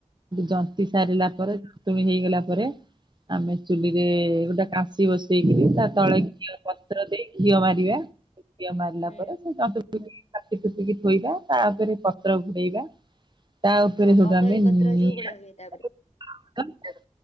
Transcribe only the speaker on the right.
ଜନ୍ତି ସାରିଲା ପରେ <unintelligible> ଣୀ ହେଇଗଲା ପରେ ଆମେ ଚୁଲିରେ ଗୋଟେ କାଂଶି ବସେଇକିରି ତା ତଳେ ଘିଅ ପତ୍ର ଦେଇ ଘିଅ ମାରିବା। ଘିଅ ମାରିଲା
ପରେ ସେ ଜନ୍ତୁ <unintelligible> କାତି କୁତି କି ଥୋଇବା ତାପରେ ପତ୍ର ଘୁଡ଼େଇବା। ତା ଉପେରେ
ସେଇଠୁ
ଆମେ
ନିଆ
<unintelligible>